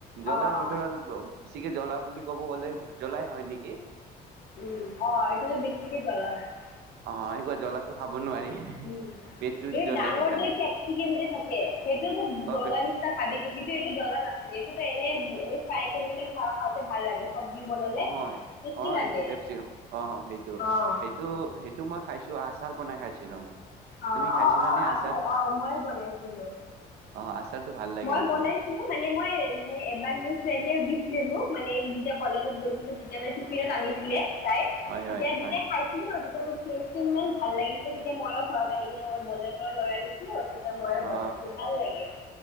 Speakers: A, on the right; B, on the left.
A: জ্বলাৰ
B: অঁ অঁ
A: ভিতৰত, বেছিযে জ্বলা বুলি ক'ব গ'লে, জ্বলাই হয় নেকি?
B: উম, অ' এইটোতো বেছিকে জলা হয়। ‌
A: অ' এই জ্বলাটো খাব নোৱাৰি
B: উম,
A: পেটটো
B: এই
A: জ্বলে
B: ডাঙৰ
A: সেইকাৰণে
B: যে কেপচিকম যে থাকে, সেইটোওতো
A: অ
B: জ্বলা
A: পেপচি
B: নিচিনা ভাবিছো কিন্তু এইটো জ্বলা নাথাকে। সেইটো এনেই ফ্ৰাই কৰি কিনে খা খাওঁ ভাল লাগে। চব্জি বনালে
A: অ-অ,
B: টেষ্টি লাগে
A: এইটো পেপচিকাম অ', সেইটো-সেইটো-সেইটো,
B: অঁ
A: মই খাইছো। সেইটো আচাৰ বনাই খাইছিলো মই।
B: অ-অ-অ,
A: তুমি খাইছিলা নে
B: আচছাৰ
A: আচাৰ
B: অ' ময়ো বনাইছিলো।
A: অ আচাৰটো ভাল লাগে
B: মই
A: সেইটোৰ
B: বনাইছিলো মানে মই মানে এবাৰ মোৰ ফ্ৰেণ্ডে দিছিলে মোক মানে যেতিয়া কলেজত গৈছিলো। তেতিয়া মানে টিফিনত আনিছিলে। তাই
A: হয়
B: তেতিয়া
A: হয়
B: যেতিয়া
A: হয়
B: খাইছিলো ন তেয়া মোৰ ফ্ৰেচটো ইমান ভাল লাগিছে যেতিয়া মইো ঘৰত আহি কিনে মই বজাৰ পৰা লৈ আনিছিলো। তেতিয়া মইয়ে
A: অ
B: বনাইছো ভাল লাগে।